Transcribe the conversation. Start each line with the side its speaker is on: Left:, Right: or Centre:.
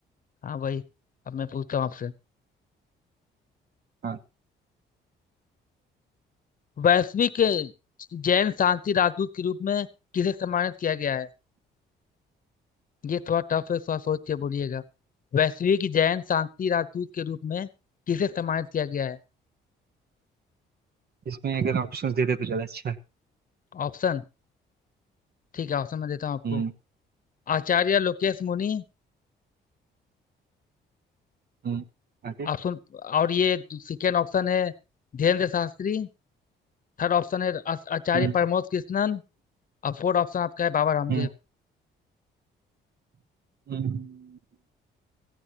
Left: हाँ भाई अब मैं पूछता हूँ आपसे
Right: हाँ
Left: वैश्विक अ, जैन शांति राजदूत के रूप में किसे सम्मानित किया गया है ये थोड़ा टफ है थोड़ा सोच के बोलिएगा वैश्विक जैन शांति राजदूत के रूप में किसे सम्मानित किया गया है
Right: इसमें अगर ऑप्शंस देते तो ज़्यादा अच्छा है
Left: ऑप्शन ठीक है ऑप्शन मैं देता हूँ आपको
Right: हम्म
Left: आचार्य लोकेश मुनि
Right: हम्म आगे
Left: ऑप्शन और ये सेकेंड ऑप्शन है धीरेन्द्र शास्त्री थर्ड ऑप्शन है आ- आचार्य
Right: हम्म
Left: प्रमोद कृष्णन और फोर्थ ऑप्शन आपका है बाबा रामदेव
Right: हम्म हम्म।